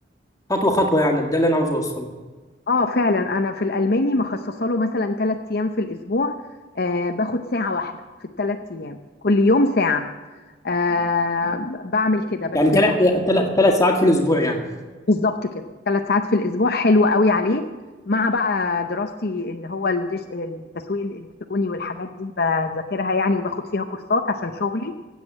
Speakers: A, on the left; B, on the left.
A: خطوه خطوه يعني ده اللي انا عاوز اوصله
B: اه فعلا انا في الالماني مخصصه له مثلا ثلاث ايام في الاسبوع آه باخد ساعه واحده في الثلاث ايام كل يوم ساعه آه بعمل كده بس
A: يعني ثلاث ثلاث ساعات في الاسبوع يعني
B: بالظبط كده ثلاث ساعات في الاسبوع حلو قوي عليه مع بقى دراستي اللي هو الديج- التسويق الالكتروني والحاجات دي بذاكرها يعني وباخد فيها كورسات عشان شغلي